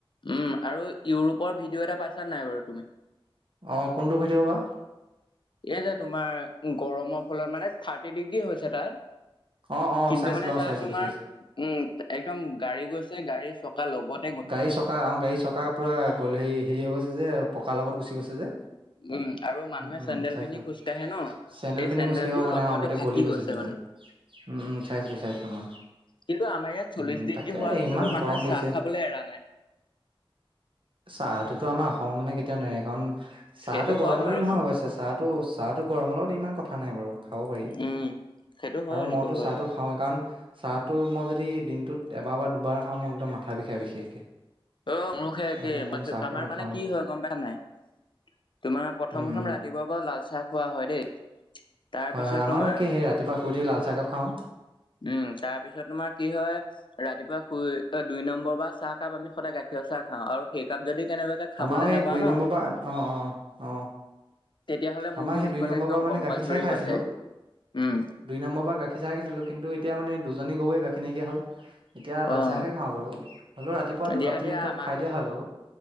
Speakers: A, on the left (about 55°); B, on the right (about 65°).
A: উম আৰু ইউৰোপৰ ভিডিঅ' এটা পাইছা নাই বাৰু তুমি?
B: অ কোনটো ভিডিঅ বা?
A: এই যে তোমাৰ গৰমৰ ফলত মানে থাৰ্টি ডিগ্ৰী হৈছে তাত
B: অ অ
A: কিন্তু
B: চাইছিলো
A: মানে
B: অ
A: তাত
B: চাইছিলো
A: তোমাৰ
B: চাইছিলো
A: উম একদম গাড়ী গৈছে গাড়ীৰ চকা লগত
B: গাড়ী চকা অ গাড়ী চকা পুৰা গ হেৰি হেৰি হৈ গৈছে যে পকাৰ লগত গুচি গৈছে যে।
A: উম আৰু মানুহে
B: উম
A: চেন্দেল
B: চাইছিলো
A: পিন্ধি খোজকাঢ়ে ন
B: চেন্দেল
A: এই
B: পিন্ধি
A: চেন্দেলযোৰ
B: খোজকাঢ়িব পৰা
A: লগতে
B: নাই অ গোটেই
A: থাকি
B: গলি গৈছে চেণ্দেল।
A: মানে
B: উম উম চাইছিলোঁ চাইছিলোঁ মই।
A: কিন্তু আমাৰ ইয়াত চল্লিছ
B: উম
A: ডিগ্ৰী
B: তাকে
A: হোৱাৰ পিছতো
B: ইমান
A: মানুহে
B: গৰম পৰিছে
A: চাহ খাবলৈ এৰা নাই।
B: চাহটোতো আমাৰ অসমৰ মানে কেতিয়াও নাই কাৰণ চাহ
A: সেইটো
B: টো গৰম
A: হয় বাৰু
B: বুলি নহয় অৱশ্যে চাহটো চাহটো গৰমৰ লগত ইমান কথা নাই বাৰু। খাব পাৰি
A: উম সেইটো হয়
B: আৰু
A: সেইটো
B: মইতো
A: হয়
B: চাহটো খাওঁ। খাওঁৱেই। কাৰণ চাহটো মই যদি দিনটোত এবাৰ বা দুবাৰ খাওঁ মই একদম মাথা বিষাই বিশেষকে।
A: অ মোৰো সেই একেই
B: মানে একদম
A: আমাৰ
B: চাহটো মই
A: মানে
B: খাওঁৱেই
A: কি হয় গম পাইছা নাই তোমাৰ প্ৰথম
B: উম
A: প্ৰথম
B: উম
A: ৰাতিপুৱাৰ পৰা লাল চাহ খোৱা হয় দেই। তাৰ
B: হয়
A: পিছত
B: হয় আমাৰো
A: তোমাৰ
B: একে সেই ৰাতিপুৱ শুই উঠি লাল চাহকাপ খাওঁ।
A: উম তাৰপিছত তোমাৰ কি হয় ৰাতিপুৱা শুই দুই নম্বৰ বা চাহকাপ আমি সদায় গাঠীৰ চাহ খাওঁ। আৰু সেই কাপ যদি কেনেবাকে খাবলৈ
B: আমাৰো এই
A: নোপাওঁ
B: দুই
A: ন
B: নম্বৰ পৰা অ অ অ
A: তেতিয়া হ'লে মোৰটো
B: আমাৰ সেই
A: বিষোৱা
B: দুই নম্বৰ
A: একদম
B: পৰা মানে
A: কম্পালচৰি
B: গাখীৰ চাই খাই
A: হৈ
B: আছিলো
A: যায় উম।
B: দুই নম্বৰ পৰা গাখীৰ চাইখিছিলো কিন্তু এতিয়া মানে দুজনী গৈ গাখীৰ নাইকীয়া হ'ল। এতিয়া লালচাহে
A: অ',
B: খাওঁ বাৰু। হ'লেও ৰাতিপুৱা দুই
A: দিয়া
B: কাপ
A: দিয়া
B: তিনি কাপ
A: আমাৰ
B: খাই দিয়া হয় বাৰু।